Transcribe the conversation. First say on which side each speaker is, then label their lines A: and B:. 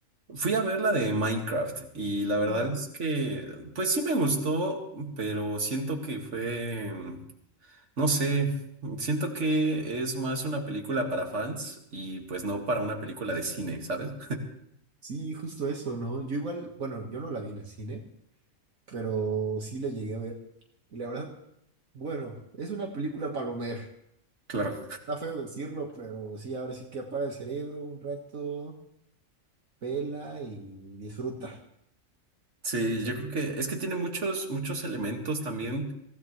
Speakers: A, on the right; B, on the right.
A: Fui a ver la de Minecraft y la verdad
B: Ah.
A: es que pues sí me gustó, pero siento que fue... No sé, siento que es más una película para fans y pues no para una película de cine, ¿sabes?
B: Sí, justo eso, ¿no? Yo igual, bueno, yo no la vi en el cine, pero sí la llegué a ver. Y la verdad, bueno, es una película palomera.
A: Claro.
B: Está feo decirlo, pero sí, ahora sí que apaga el cerebro un rato, pela y disfruta,
A: Sí,
B: ¿no?
A: yo creo que es que tiene muchos, muchos elementos también